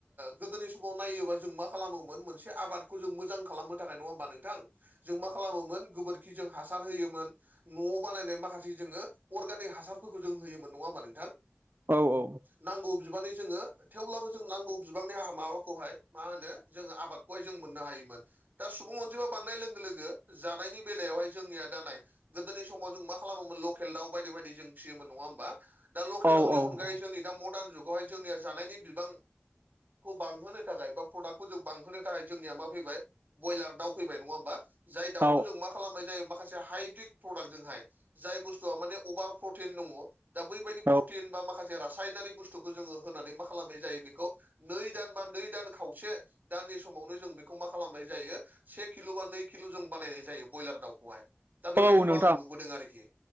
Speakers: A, on the right; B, on the right.
A: गोदोनि समाव नायोबा जों मा खालामोमोन मोनसे आबादखौ जों मोजां खालामोन थाखाय नङा होमबा नोंथां जों मा खालामोमोन गोबोरखि जों हासार होयोमोन न'आव बानायनाय माखासे जोङो अर्गानिक हासारफोरखौ जों होयोमोन नङा होमबा नोंथां
B: औ औ
A: नांगौ बिबानि जोङो थेवब्लाबो जों नांगौ बिबांनि हा माबाखौहाय मा होनो जोङो आबादखौहाय जों मोननो हायोमोन दा सुबुं अनजिमा बांनाय लोगो लोगो जानायनि बेलायावहाय जोंनिया दा नाय गोदोनि समाव जों मा खालामोमोन लकेल दाउ बायदि बायदि जों फिसियोमोन नङा होमबा दा लकेल
B: औ
A: दाउनि
B: औ
A: अनगायै जोंनि दा मरदान जुगावहाय जोंनिया जानायनि बिबां बांहोनो थाखाय बा प्रडाक्टखौ जों बांहोनो थाखाय जोंनिया मा फैबाय ब्रयलार दाउ फैबाय नङा होमबा जाय दाउखौ
B: औ
A: जों मा खालामनाय जायो माखासे हाइब्रिद प्रडाक्टजोंहाय जाय बुस्थुआ माने अभार प्रटिन दङ दा बैबायदि
B: औ
A: प्रटिन बा माखासे रासायनारि बुस्थुखौ जोङो होनानै मा खालामनाय जायो बेखौ नै दान बा नै दान खावसे दाननि समावनो जों बेखौ मा खालामनाय जायो से किल' बा नै किल' जों बानायनाय जायो ब्रयलार दाउखौहाय दा बेबायदिखौ
B: औ नोंथां
A: आं नुबोदों आरोखि।